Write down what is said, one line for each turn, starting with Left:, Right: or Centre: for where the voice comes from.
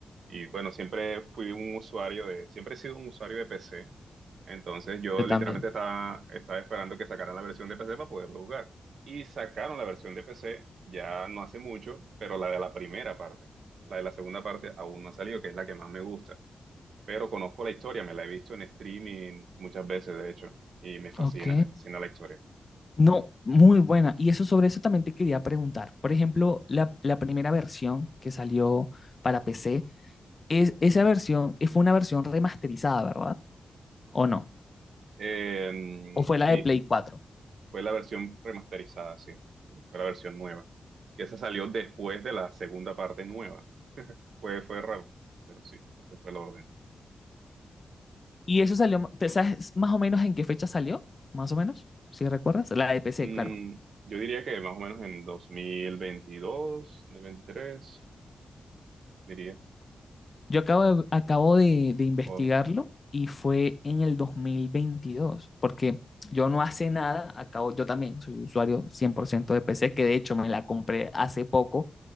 Right: y, y, bueno, siempre fui un usuario de, siempre he sido un usuario de PC. Entonces yo
Left: Yo
Right: literalmente
Left: también.
Right: estaba, estaba esperando que sacaran la versión de PC para poderlo jugar. Y sacaron la versión de PC ya no hace mucho, pero la de la primera parte. La de la segunda parte aún no ha salido, que es la que más me gusta. Pero conozco la historia, me la he visto en streaming muchas veces, de hecho, y me fascina,
Left: Ok.
Right: me fascina la historia.
Left: No, muy buena. Y eso sobre eso también te quería preguntar. Por ejemplo, la, la primera versión que salió para PC, es, esa versión eh, fue una versión remasterizada, ¿verdad? ¿O no?
Right: Eh,
Left: ¿O fue la
Right: sí,
Left: de Play cuatro.
Right: fue la versión remasterizada, sí. Fue la versión nueva. Que esa salió después de la segunda parte nueva. Fue, fue raro, pero sí, ese fue el orden.
Left: Y eso salió, ¿te sabes más o menos en qué fecha salió? Más o menos, si recuerdas. La de PC,
Right: Mm,
Left: claro.
Right: yo diría que más o menos en dos dos mil veintidós, dos mil veintitrés, diría.
Left: Yo acabo de, acabo de, de investigarlo
Right: Oh.
Left: y fue en el 2022, porque yo no hace nada, acabo, yo también soy usuario 100% de PC, que de hecho me la compré hace poco,